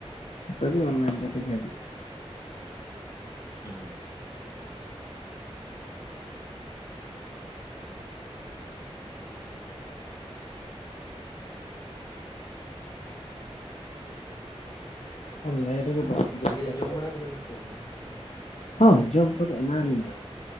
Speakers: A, on the left; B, on the left.
A: ᱱᱮᱛᱟᱨ ᱫᱚ ᱚᱱᱞᱟᱭᱤᱱ ᱠᱟᱛᱮ ᱜᱮ ᱦᱤᱡᱩᱜ ᱠᱟᱱᱟ᱾
B: ᱦᱩᱸ
A: ᱚᱱᱞᱟᱭᱤᱱ ᱨᱮᱜᱮ ᱫᱚᱨᱠᱟᱨ
B: ᱫᱤᱭᱮ ᱡᱚᱢ ᱵᱟᱲᱟ ᱠᱮᱫᱟ ᱵᱤᱱ ᱥᱮ ᱵᱟᱝᱟ
A: <inaudible>
B: ᱛᱟᱦᱚᱞᱮ
A: ᱦᱚᱸ ᱡᱚᱢ ᱠᱚᱫᱚ ᱮᱱᱟᱝ ᱨᱮ ᱞᱤᱧ ᱡᱚᱢ ᱠᱮᱫᱟ